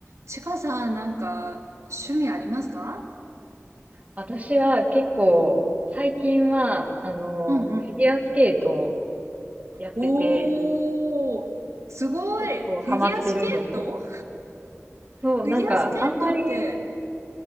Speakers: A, on the right; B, on the right.
A: ちかさん、なんか、趣味ありますか
B: 私は結構、最近は、あの、
A: うんうん。
B: フィギュアスケートをやってて、
A: おー、すごい。
B: 結構ハマってるんですよ。
A: フィギュアスケート
B: そう、
A: フィギュアスケートって、
B: なんか、あんまり、